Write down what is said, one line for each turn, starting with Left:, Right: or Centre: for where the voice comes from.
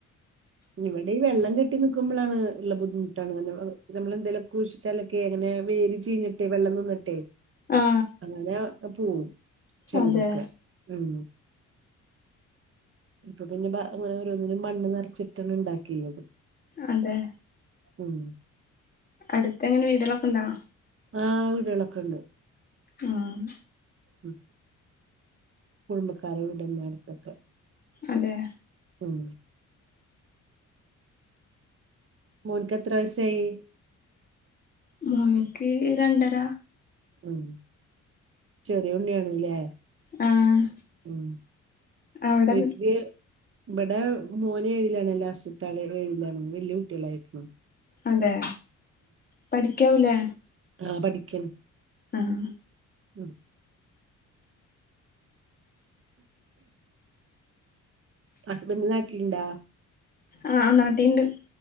Right: ഇവടിം വെള്ളം കെട്ടി നിക്കുമ്പളാണ് ഇള്ള ബുദ്ധിമുട്ടാണ് -കാര്ണം നമ്മളെന്തേൽ കുഴി ലക്കെ ഇങ്ങനെ വേര് ചീഞ്ഞിട്ടെ വെള്ളം നിന്നിട്ടെ
Left: ആ
Right: അങ്ങനെ പോവും ചെലതൊക്കെ
Left: അതെ
Right: ഉം ഇപ്പൊ പിന്നെ ബാ അങ്ങനെ ഓരോന്നിനും മണ്ണ് നിറച്ചിട്ടാണ് ണ്ടാക്കിണത്
Left: അതെ
Right: ഉം
Left: അടുത്ത് എങ്ങനെ വീടുകളൊക്കെണ്ടോ
Right: ആ വീടുകളൊക്കെണ്ട്
Left: ഉം
Right: ഉം കുടുംബക്കാരെ വീടെന്നെ അടുത്തൊക്കെ
Left: അതെ
Right: ഉം മോൻക്കെത്ര വയസായി
Left: മോൻക്ക് രണ്ടര
Right: ഉം ചെറിയ ഉണ്ണിയാണ്ല്ലേ
Left: ആഹ്
Right: ഉം
Left: അവിടെ
Right: വീട്ട്ല് ഇവിടെ മോന് ഏഴിലാണ് ലാസ്റ്റ്ത്താള് ഏഴിലാണ് വല്യ കുട്ടികളായിക്ക്ണു
Left: അതെ പഠിക്കാവൂലേ
Right: ആഹ് പഠിക്കാണ്
Left: ആഹ്
Right: ഉം ഹസ്ബഡ് നാട്ടില്ണ്ടാ
Left: ആ ആ നാട്ടീണ്ട്